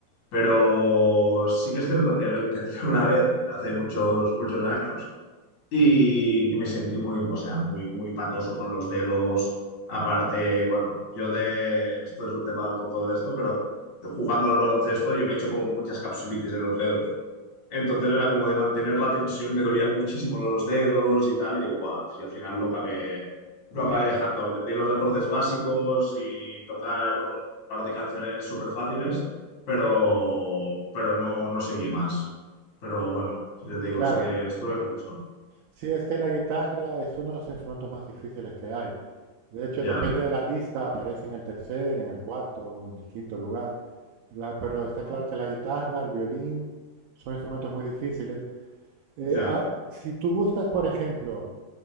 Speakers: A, on the left; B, on the right.
A: Pero sí que es cierto que lo intenté <laughs> una vez, hace muchos, muchos años, y, y me sentí muy, o sea, muy, muy patoso con los dedos. Aparte, bueno, yo de, esto es un tema un poco de esto, pero jugando al baloncesto yo me he hecho como muchas capsulitis en los dedos. Entonces era como de mantener la tensión, me dolían muchísimo los dedos y tal, y guau, y al final lo acabé, lo acabé dejando. Aprendí los acordes básicos y tocar un par de canciones súper fáciles, pero, pero no, no seguí más. Pero bueno, ya te digo,
B: Claro,
A: así que estuve con eso.
B: sí, es que la guitarra es uno de los instrumentos más difíciles que hay. De hecho,
A: Ya.
B: depende de la lista, aparece en el tercer, en el cuarto, en el quinto lugar. La- pero está
A: Wow.
B: claro que la guitarra, el violín, son instrumentos muy difíciles. Eh,
A: Ya.
B: ah, si tú buscas, por ejemplo,